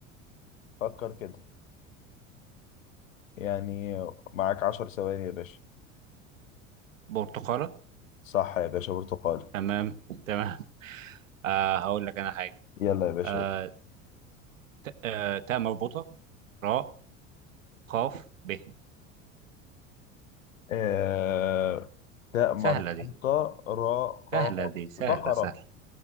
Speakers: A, on the left; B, on the right.
A: فكر كده يعني معاك عشر ثواني يا باشا
B: برتقاله
A: صح يا باشا برتقالة
B: تمام تمام <laughs> آه هقول لك انا حاجه
A: يلا يا باشا
B: آه تاء آه تاء مربوطه راء قاف ب
A: آه تاء مربوطة
B: سهله دي
A: راء قاف
B: سهله دي سهله
A: بقرة
B: سهله